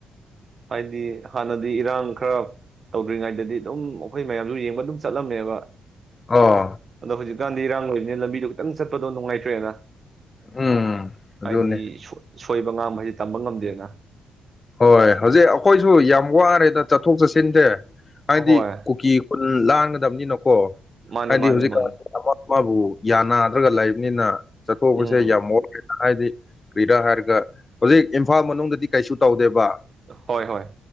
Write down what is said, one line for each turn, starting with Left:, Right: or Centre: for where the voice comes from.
Right: ꯍꯥꯏꯗꯤ ꯍꯥꯟꯅꯗꯤ ꯏꯔꯥꯡ ꯈꯔ ꯇꯧꯗ꯭ꯔꯤꯉꯩꯗꯗꯤ ꯑꯗꯨꯝ ꯑꯩꯈꯣꯏ ꯃꯌꯥꯝꯁꯨ ꯌꯦꯡꯕ ꯑꯗꯨꯝ ꯆꯠꯂꯝꯃꯦꯕ
Left: ꯑꯣ
Right: ꯑꯗꯣ ꯍꯧꯖꯤꯛꯀꯥꯟꯗꯤ ꯏꯔꯥꯡ ꯂꯩꯕꯅꯤꯅꯦ ꯂꯝꯕꯤꯗꯣ ꯈꯤꯇꯪ ꯆꯠꯄꯗꯣ ꯅꯨꯡꯉꯥꯏꯇ꯭ꯔꯦꯅ
Left: ꯎꯝ ꯑꯗꯨꯅꯦ
Right: ꯍꯥꯏꯗꯤ ꯁꯣꯏ ꯁꯣꯏꯕ ꯉꯥꯝꯕ ꯍꯥꯏꯕꯁꯤ ꯇꯝꯕ ꯉꯝꯗꯦꯅ
Left: ꯍꯣꯏ ꯍꯧꯖꯤꯛ ꯑꯩꯈꯣꯏꯁꯨ ꯌꯥꯝ ꯋꯥꯔꯦꯗ ꯆꯠꯊꯣꯛ ꯆꯠꯁꯤꯟꯁꯦ ꯍꯥꯏꯗꯤ
Right: ꯑꯍꯣꯏ
Left: ꯀꯨꯀꯤ ꯈꯨꯟ ꯂꯥꯟꯒꯗꯕꯅꯤꯅꯀꯣ
Right: ꯃꯥꯅꯦ
Left: ꯍꯥꯏꯗꯤ
Right: ꯃꯥꯅꯦ
Left: ꯍꯧꯖꯤꯛꯀꯥꯟꯁꯦ
Right: ꯃꯥꯅꯦ
Left: ꯑꯃ ꯑꯃꯕꯨ ꯌꯥꯅꯥꯗ꯭ꯔꯒ ꯂꯩꯕꯅꯤꯅ ꯆꯠꯊꯣꯛꯄꯁꯦ
Right: ꯎꯝ
Left: ꯌꯥꯝ ꯋꯥ__ <unintelligible> ꯍꯥꯏꯗꯤ ꯀꯔꯤꯔ ꯍꯥꯏꯔꯒ ꯍꯧꯖꯤꯛ ꯏꯝꯐꯥꯜ ꯃꯅꯨꯡꯗꯗꯤ ꯀꯩꯁꯨ ꯇꯧꯗꯦꯕ
Right: ꯍꯣꯏ ꯍꯣꯏ